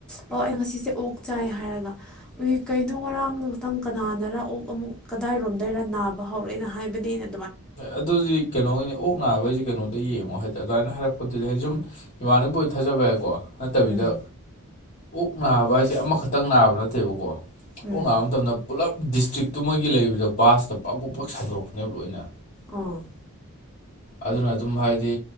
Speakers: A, in the centre; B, on the left (about 45°).
A: ꯑꯣ ꯑꯩ ꯉꯁꯤꯁꯦ ꯑꯣꯛ ꯆꯥꯏ ꯍꯥꯏꯔꯒ ꯎꯏ ꯀꯩꯅꯣ ꯉꯔꯥꯡꯗꯇꯪ ꯀꯅꯥꯅꯔ ꯑꯣꯛ ꯑꯃꯨꯛ ꯀꯗꯥꯏꯔꯣꯝꯗꯔ ꯅꯥꯕ ꯍꯧꯔꯛꯦꯅ ꯍꯥꯏꯕꯅꯤꯅ
B: ꯑꯗꯨꯗꯤ ꯀꯩꯅꯣꯒꯤꯅꯤ ꯑꯣꯛ ꯅꯥꯕ ꯍꯥꯏꯁꯤꯦ ꯀꯩꯅꯣꯗ ꯌꯦꯡꯉꯣ ꯍꯥꯏꯗꯤ ꯑꯗꯨꯃꯥꯏꯅ ꯍꯥꯏꯔꯛꯄꯗꯗꯤ ꯍꯥꯏꯗꯤ ꯁꯨꯝ ꯏꯃꯥꯅꯕꯨꯣꯏ ꯊꯥꯖꯕ ꯍꯥꯏꯏꯀꯣ ꯅꯠꯇꯕꯤꯗ
A: ꯎꯝ
B: ꯑꯣꯛ ꯅꯥꯕ ꯍꯥꯏꯁꯦ ꯑꯃꯈꯛꯇꯪ ꯅꯥꯕ ꯅꯠꯇꯦꯕꯀꯣ
A: ꯎꯝ
B: ꯑ ꯅꯥꯕ ꯃꯇꯝꯗ ꯄꯨꯜꯂꯞ ꯗꯤꯁꯇ꯭ꯔꯤꯛꯇꯨꯃꯒꯤ ꯂꯩꯕꯗ ꯕꯥꯁꯇ ꯄꯛ ꯄꯣꯛ ꯄꯛ ꯁꯟꯗꯣꯔꯛꯄꯅꯦꯕ ꯂꯣꯏꯅ
A: ꯑꯣ
B: ꯑꯗꯨꯅ ꯑꯗꯨꯝ ꯍꯥꯏꯗꯤ